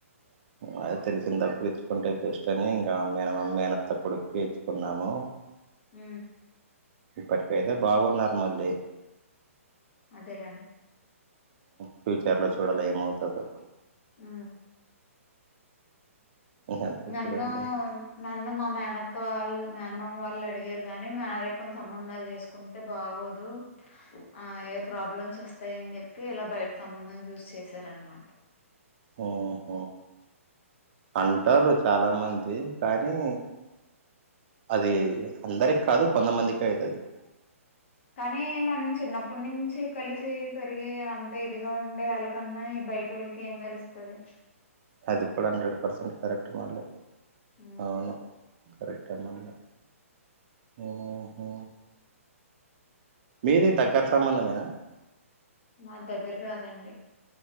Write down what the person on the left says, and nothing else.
హ
అదే లే
ఆ
నన్ను
నన్ను మా మేనత్త వాళ్ళు మేనమామ వాళ్ళు అడిగారు కానీ మాది కొంచెం మందాలు చేసుకుంటే బాగోదు ఆ ఏ ప్రాబ్లమ్స్ వస్తాయని చెప్పి ఇలా బయట సంబంధం చూస్ చేసార అనమాట
కానీ మనం చిన్నప్పటి నుంచి కలిసి పెరిగి అంత ఇదిగా ఉండే వాళ్ళకన్నా బైటోల్లకి ఏం తెలుస్తుది
ఉమ్
మా దగ్గర కాదండి